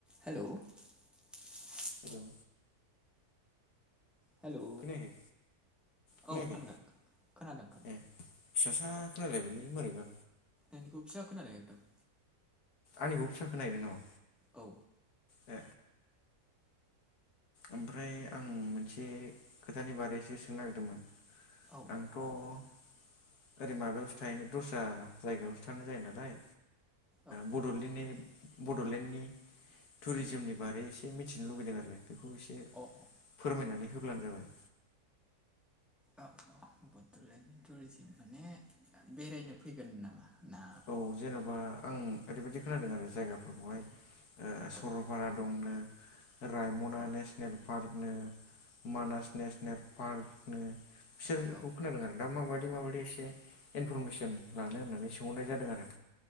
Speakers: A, in the centre; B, on the left.
A: Hello <inaudible>
B: हेल'
A: hello
B: खोनायाखै खोनायाखै
A: औ खोनादों खोनादों खोनादों
B: ए। फिसासा खोनालायबायलै माबोरैबा।
A: नोंनिखौ फिसा खोनाबाय एकदम।
B: आंनिखौबो फिसा खोनाहैदों नामा?
A: औ
B: ए ओमफ्राय आं मोनसे खोथानि बारैसो सोंनो नागिरदोंमोन
A: औ
B: आंथ'
A: औ मा
B: ओरै
A: खोथा
B: माबायावसो थाहैनो दस्रा जायगायावसो थानाय जायो नालाय
A: औ
B: बड'लेण्डनि बड'लेण्डनि टुरिजिमनि बारै एसे मिथिनो लुुबैदों आरो बेखौ एसे
A: अ अ
B: फोरमायनानै होब्लानो जाबाय।
A: औ औ बड'लेण्डनि टुरिजिम माने बेरायनो फैगोन नामा ना?
B: औ जेन'बा आं ओरैबायदि खोनादों आरो जायगाफोरखौहाय सरलपारा
A: औ
B: दंनो रायमना
A: औ
B: नेसनेल पार्कनो मानास नेसनेल पार्कनो बिसोरखौ
A: औ
B: खोनादों आरो दा माबायदि माबायदि एसे इनफरमेसन लानो होननानै सोंहरनाय जादों आरो।